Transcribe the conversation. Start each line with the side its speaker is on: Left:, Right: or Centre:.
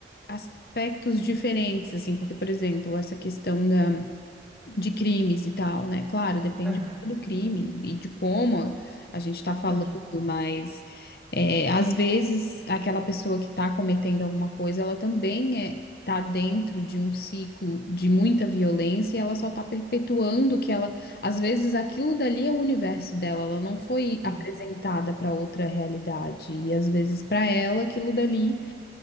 Left: aspectos diferentes, assim, porque, por exemplo, essa questão da de crimes e tal, né? Claro, depende
Centre: Aham,
Left: muito do crime e de como a gente está falando,
Centre: aham,
Left: mas é, às vezes aquela pessoa que está cometendo alguma coisa, ela também é, tá dentro de um ciclo de muita violência e ela só está perpetuando que ela, às vezes aquilo dali é o universo dela, ela não foi
Centre: sim.
Left: apresentada para outra realidade e às vezes para ela aquilo dali